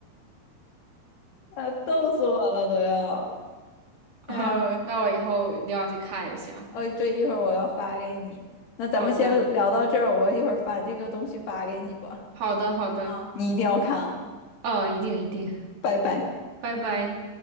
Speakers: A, on the left; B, on the right.
A: 啊，逗死我了都要，哎呀，
B: 哦，那我以后一定要去看一下。
A: 哦，对，一会儿我要发给你，那咱们先聊到这儿，
B: 好的，
A: 我一会儿把这个东西发给你吧，
B: 好的，好的。
A: 你一定要看哦，
B: 哦，一定一定，
A: 拜拜。
B: 拜拜。